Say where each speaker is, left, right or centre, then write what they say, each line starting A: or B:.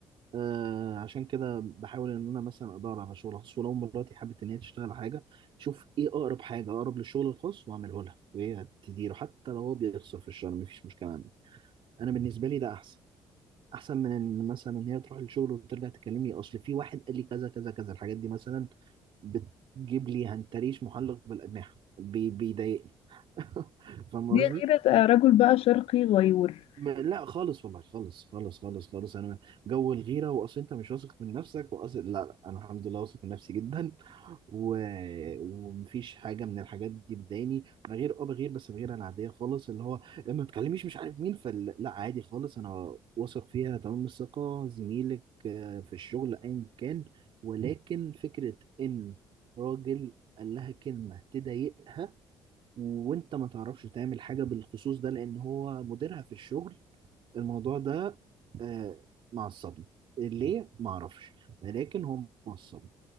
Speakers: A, on the right (about 60°); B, on the left (about 70°).
A: آه عشان كده بحاول ان انا مثلا ادور على شغل خاص ولو مراتي حابه ان هي تشتغل على حاجه شوف ايه اقرب حاجه اقرب للشغل الخاص واعمله لها وهي تديره حتى لو هو بيخسر في الشهر مفيش مشكله عندي انا بالنسبه لي ده احسن احسن من ان مثلا هي تروح الشغل وترجع تكلمني اصل في واحد قال لي كذا كذا كذا الحاجات دي مثلا بتجيب لي هنتريش محلق بالاجنحه بي بيضايقني <laughs> فاهم
B: دي
A: قصدي
B: غيرة آه، رجل بقى شرقي غيور
A: ما- لا خالص والله خالص خالص خالص خالص انا جو الغيره واصل انت مش واثق من نفسك واصل لا لا انا الحمد لله واثق من نفسي جدا و... ومفيش حاجه من الحاجات دي بتضايقني بغير اه بغير بس بغير العاديه خالص اللي هو ما تكلميش مش عارف مين فلا لا عادي خالص انا واثق فيها تمام الثقه زميلك آه، في الشغل ايا كان ولكن فكره ان راجل قال لها كلمه تضايقها وانت ما تعرفش تعمل حاجه بالخصوص ده لان هو مديرها في الشغل الموضوع ده آه، معصبني ليه ما اعرفش ولكن هم معصبني